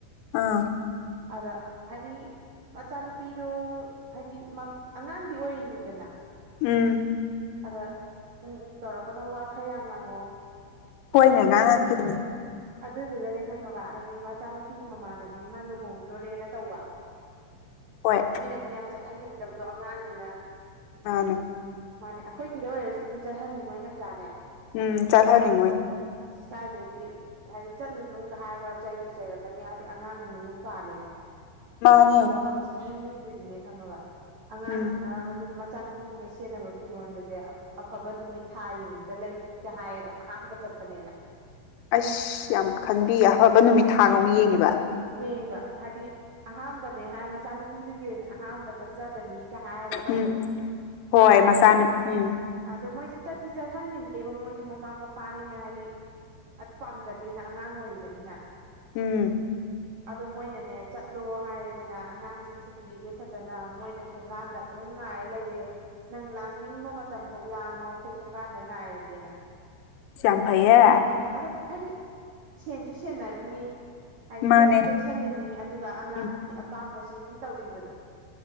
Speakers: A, on the left; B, on the right.
A: ꯑꯥꯡ
B: ꯑꯗ ꯍꯥꯢꯗꯤ ꯃꯆꯥꯅꯨꯄꯤꯗꯣ ꯍꯥꯏꯗꯤ ꯑꯉꯥꯡꯗꯤ ꯑꯣꯏꯔꯤꯅꯤꯗꯅ
A: ꯎꯝ
B: ꯑꯗ ꯎꯝ ꯎꯝ ꯇꯧꯔꯛꯀꯅꯣ ꯋꯥ ꯈꯔ ꯌꯥꯝ ꯉꯥꯡꯉꯛꯑꯣ
A: ꯍꯣꯏꯅꯦ
B: ꯑꯗꯨ
A: ꯉꯥꯡꯉꯛꯈꯤꯅꯦ
B: ꯑꯗꯨꯗꯨꯒꯅꯦ ꯈꯪꯉꯕ ꯍꯥꯏꯗꯤ ꯃꯆꯥꯅꯨꯄꯤ ꯃꯅꯕꯤ ꯑꯃ ꯂꯨꯍꯣꯡꯗꯣꯔꯦꯅ ꯇꯧꯕ
A: ꯍꯣꯏ
B: ꯃꯣꯏꯅ ꯌꯥꯝ ꯆꯠꯍꯟꯅꯤꯡꯗꯕꯗꯣ ꯑꯉꯥꯡꯅꯤꯅ
A: ꯃꯥꯅꯦ
B: ꯃꯥꯅꯦ ꯑꯩꯈꯣꯏꯒꯤꯗ ꯑꯣꯏꯔꯁꯨ ꯑꯗꯨꯝ ꯆꯠꯍꯟꯅꯤꯡꯉꯣꯏ ꯅꯠꯇ꯭ꯔꯥꯅꯦ
A: ꯎꯝ ꯆꯠꯍꯟꯅꯤꯡꯉꯣꯏ
B: ꯏꯁꯀꯥꯏꯗꯒꯤ ꯍꯥꯏꯗꯤ ꯆꯠꯂꯨꯅꯨꯒ ꯍꯥꯏꯔꯒ ꯆꯩꯕꯨ ꯆꯩꯔꯛꯀꯅꯤ ꯑꯉꯥꯡꯅ ꯃꯌꯨꯝ ꯄꯥꯜꯂꯦꯅ
A: ꯃꯥꯅꯦ
B: ꯑꯗꯣ ꯍꯧꯖꯤꯛꯀꯤ ꯏꯃꯨꯡꯗꯨꯗꯤꯅꯦ ꯈꯪꯉꯕ ꯑꯉꯥꯡꯗꯨꯅ
A: ꯎꯝ
B: ꯃꯆꯥꯅꯨꯄꯤ ꯄꯤꯗꯨꯅ ꯁꯦꯠꯅꯕ ꯐꯤꯔꯣꯟꯒꯁꯦ ꯑꯐꯕ ꯅꯨꯃꯤꯠ ꯊꯥ ꯌꯦꯡꯗ ꯂꯩꯕꯤ ꯍꯥꯏ ꯑꯍꯥꯟꯕ ꯆꯄꯅꯦꯅ
A: ꯑꯁ ꯌꯥꯝ ꯈꯟꯕꯤ ꯑꯐꯕ ꯅꯨꯃꯤꯠ ꯊꯥꯒ ꯑꯃꯨꯛ ꯌꯦꯡꯉꯤꯕ
B: ꯌꯦꯡꯕ ꯍꯥꯏꯗꯤ ꯑꯍꯥꯝꯕꯅꯦ ꯍꯥꯏ ꯃꯆꯥꯅꯨꯄꯤꯗꯨꯒꯤ ꯑꯣꯏꯅ ꯑꯍꯝꯕ ꯆꯠ ꯆꯕꯅꯤꯒ ꯍꯥꯏꯔꯒ ꯇꯧꯕꯗꯣ
A: ꯎꯝ ꯍꯣꯏ
B: ꯑꯗꯨꯒꯅꯩ
A: ꯃꯆꯥꯅꯨ ꯎꯝ
B: ꯑꯗꯣ ꯃꯣꯏꯁꯦ ꯆꯠꯇꯤ ꯆꯠꯍꯟꯅꯤꯡꯗꯦꯕ ꯃꯣꯏꯁꯦ ꯃꯃꯥ ꯃꯄꯥꯅꯤꯅ ꯍꯥꯏꯗꯤ ꯑꯗꯨ ꯄꯥꯝꯖꯗꯦꯅ ꯑꯉꯥꯡ ꯑꯣꯏꯔꯤꯕꯅꯤꯅ
A: ꯎꯝ
B: ꯑꯗꯣ ꯃꯣꯏꯅꯅꯦ ꯆꯠꯂꯣ ꯍꯥꯏꯔꯦꯗꯅ ꯑꯉꯥꯡꯁꯦ ꯊꯤꯟꯕꯤꯔꯦ ꯐꯖꯅ ꯃꯣꯏꯅ ꯊꯣꯡꯒꯥꯟꯗ ꯗꯨꯝ ꯉꯥꯏꯔꯦ ꯂꯩꯔꯦ ꯅꯪ ꯂꯥꯡꯅꯤꯡꯕ ꯃꯇꯝ ꯐꯥꯎ ꯂꯥꯡꯉꯣ ꯑꯩꯈꯣꯏ ꯊꯣꯡꯒꯥꯟꯗ ꯉꯥꯏꯔꯒꯦꯅ
A: ꯏꯁ ꯌꯥꯝꯐꯩꯌꯦ
B: ꯑꯗꯣ ꯍꯥꯏꯗꯤ ꯁꯦꯟꯁꯨ ꯁꯦꯟꯅꯔꯤꯅꯤ ꯍꯥꯏꯗꯤ
A: ꯃꯥꯅꯦ
B: ꯆꯦꯛꯁꯨ ꯆꯦꯛꯁꯤꯜꯂꯤꯅꯤ ꯑꯗꯨꯒ ꯑꯉꯥꯡꯗꯨꯒꯤ
A: ꯎꯝ
B: ꯑꯄꯥꯝꯕꯁꯨ ꯑꯗꯨꯝ ꯇꯧꯕꯤꯕꯗꯣ